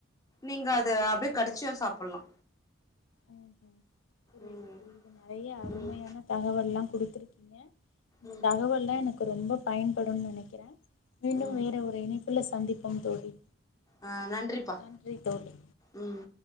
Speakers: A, on the left; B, on the left.
A: நீங்க அது அப்டியே கடிச்சியு சாப்பலா
B: ம் ஹு புரியுது
A: ம்
B: புரியுது நெறைய அருமையான
A: ம்
B: தகவல்லா குடுத்துருக்கீங்க இந்த
A: ம்
B: தகவல்லா எனக்கு ரொம்ப பயன்படுன் நெனைக்கிற மீண்டும்
A: ம்
B: வேற ஒரு இணைப் புல சந்திப்போம் தோழி
A: ஆ நன்றிப்பா
B: நன்றி தோழி
A: ம்